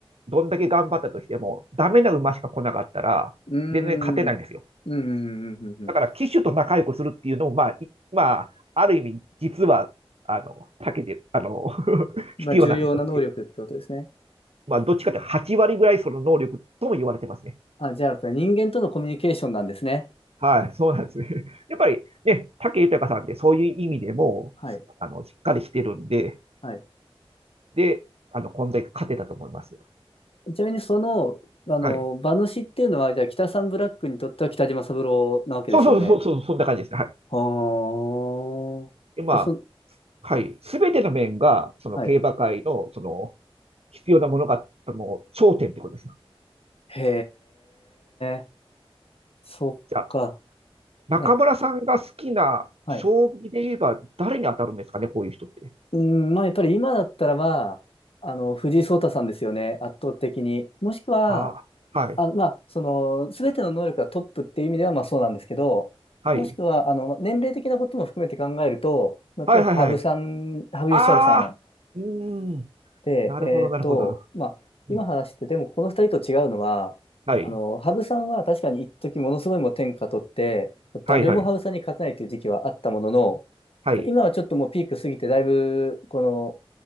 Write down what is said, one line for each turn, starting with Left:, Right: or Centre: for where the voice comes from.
Right: どんだけ頑張ったとしても、ダメな馬しか来なかったら、
Left: うーん、
Right: 全然勝てないんですよ。
Left: うん、うん、うん、うん。うん
Right: だから機種と仲良くするっていうのも、まあ、いまあ、ある意味、実は、あの、避けて、あの、<laughs>
Left: まあ、
Right: 必要なんですよ。
Left: 重要な能力ってことですね。
Right: まあ、どっちかって8割ぐらいその能力とも言われてますね。
Left: あ、じゃあ、人間とのコミュニケーションなんですね。
Right: はい、そうなんですね。<laughs> やっぱりね、武豊さんってそういう意味でも、
Left: はい、
Right: あの、しっかりしてるんで、
Left: はい。
Right: で、あの、こんだけ勝てたと思います。
Left: ちなみに、その、あの、
Right: はい。
Left: 馬主っていうのは、じゃあ、北サンブラックにとっては北島三郎なわけですよね。
Right: そうそうそうそう、そんな感じですね。はい。
Left: ああ、
Right: で、まあ、
Left: じゃあ、そ、
Right: はい。すべての面が、その競馬界の、
Left: はい。
Right: その、必要なものが、あの、頂点ってことですよ。
Left: へえ、そっか。
Right: じゃあ、中村さんが好きな将棋で言えば誰に当たるんですかね、
Left: うんはい
Right: こういう人って。
Left: うん、まあやっぱり今だったらまあ、あの、藤井聡太さんですよね、圧倒的に。もしくは、
Right: ああ、はい、
Left: あ、まあ、その、すべての能力がトップっていう意味ではまあそうなんですけど、
Right: はい、
Left: もしくは、あの、年齢的なことも含めて考えると、まあやっぱり羽生さん、
Right: はい、はい、はい。
Left: 羽生善治さん
Right: ああ、うーん、
Left: で、
Right: なるほど、
Left: えっと、
Right: なるほど。
Left: まあ、今話してて、
Right: うん
Left: でもこの二人と違うのは、
Right: はい、
Left: あの、羽生さんは確かに一時ものすごいもう天下取って、
Right: はい、
Left: 誰も羽生さんに勝てないという時期はあったものの、
Right: はい、はい。
Left: 今はちょっともうピーク過ぎて、だいぶ、この、